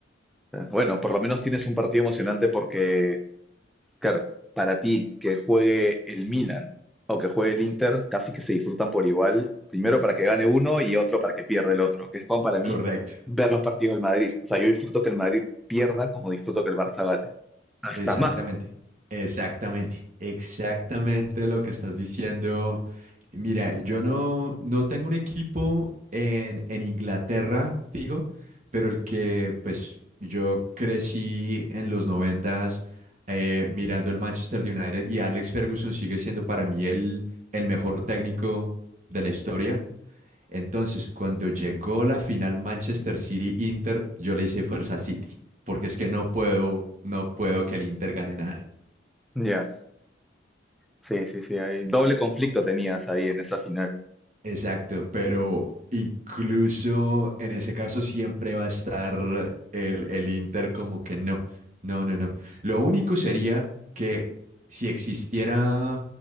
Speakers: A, in the centre; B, on the right.
A: Bueno, por lo menos tienes un partido emocionante porque Claro, para ti que juegue el Milan o que juegue el Inter, casi que se disfrutan por igual. Primero para que gane uno y otro para que pierda el otro, que es como para mí
B: correcto.
A: ver los partidos del Madrid. O sea, yo disfruto que el Madrid pierda como disfruto que el Barça gane. Hasta
B: Exactamente,
A: más.
B: exactamente, exactamente lo que estás diciendo. Mira, yo no, no tengo un equipo en, en Inglaterra fijo, pero el que pues yo crecí en los noventas eh, mirando el Manchester United y Alex Ferguson sigue siendo para mí el, el mejor técnico de la historia. Entonces, cuando llegó la final Manchester City-Inter, yo le hice fuerza al City, porque es que no puedo, no puedo que el Inter gane nada.
A: Ya, Sí, sí, sí, hay doble conflicto tenías ahí en esa final.
B: Exacto, pero incluso en ese caso siempre va a estar el, el Inter como que no, no, no, no. Lo único sería que si existiera